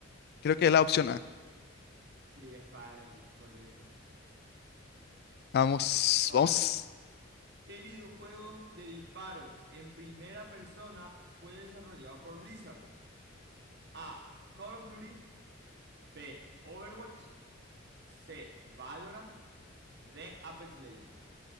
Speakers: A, on the left; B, on the right.
A: creo que es la opción A.
B: Sí, espada de energía, correcto.
A: Vamos,
B: Ahora,
A: vamos.
B: ¿qué videojuego de disparos en primera persona fue desarrollado por Blizzard? A, Call of Duty, B, Overwatch, C, Valorant, D, Apex Legends.